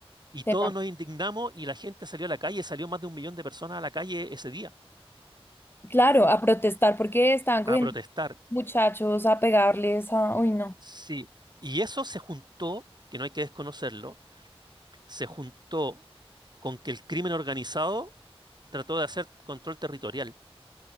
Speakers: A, on the right; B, on the left.
A: Y
B: tenaz.
A: todos nos indignamos y la gente salió a la calle, salió más de un millón de personas a la calle ese día
B: Claro, a protestar porque estaban cogiendo
A: a protestar.
B: muchachos a pegarles a... Uy, no.
A: Sí. Y eso se juntó, que no hay que desconocerlo se juntó con que el crimen organizado trató de hacer control territorial